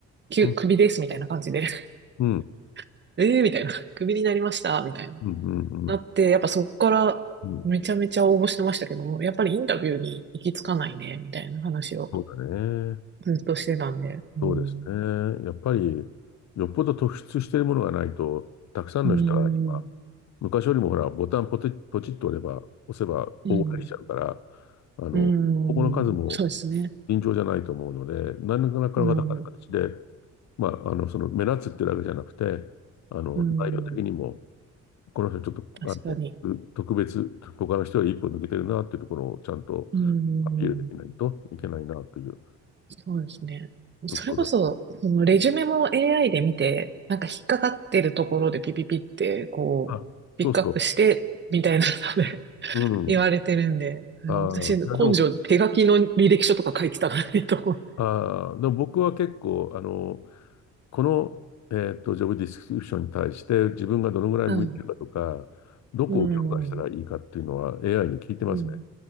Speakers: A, on the right; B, on the left.
A: きゅ、
B: うん。
A: クビですみたいな感じで、
B: うん。
A: <laughs> ええみたいな、クビになりましたみたいな。
B: うん。うん。
A: なって、
B: うん。
A: やっぱそっからめちゃめちゃ応募してましたけど、
B: うん
A: やっぱりインタビューに行き着かないね、みたいな話を
B: そうだね。
A: ずっとしてたんで。
B: そうです
A: うん。
B: ね。やっぱり、よっぽど突出しているものがないと、たくさんの人が今、
A: うん、
B: 昔よりもほら、ボタンポチ、ポチッと押れば、押せば大募できちゃうから、
A: うん、
B: あの、
A: うん、
B: 応募の数も
A: そうですね。
B: 尋常じゃないと思うので、何らかの形で、
A: うん、
B: まあ、あの、その目立つってだけじゃなくて、あの、
A: うん、
B: 内容的にも、この人ちょっと、
A: 確かに。
B: あの、特別、他の人より一歩抜けてるなっていうところをちゃんと
A: うん、
B: アピールできないといけないなという
A: そうですね。それこそ、
B: ところだ。
A: そのレジュメも AI で見て、なんか引っかかってるところでピピピって、こう、
B: あ、そうそう。
A: ピックアップして、みたいなので
B: うん。
A: <laughs> 言われてるんで、あの私、
B: ああいやでも、
A: 根性、手書きの履歴書とか書いてたからいいと思って。
B: ああでも僕は結構、あの、この、えっと、ジョブディスクリプションに対して自分がどのぐらい向いてるかとか、
A: はい。
B: どこを強化したらいいかっていうのは
A: うん。
B: AI に聞いてますね。
A: うん。